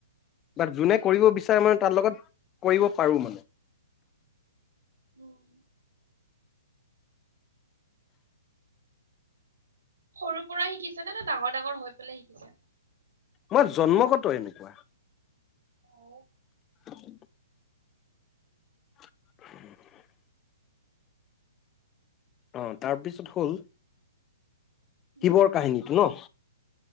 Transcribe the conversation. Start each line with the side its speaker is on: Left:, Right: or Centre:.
Left: বা যোনে
Right: উম,
Left: কৰিব বিচা মানে তাৰ লগত কৰিব পাৰো মানে।
Right: উম। সৰু পৰাই শিকিছে নে নে ডাঙৰ ডাঙৰ হৈ পেলাই শিকিছা?
Left: মোৰ জন্মগত এনেকুৱা।
Right: অ।
Left: <inaudible> <inaudible> অ তাৰপিছত হ'ল
Right: উম,
Left: শিৱৰ কাহিনীটো ন?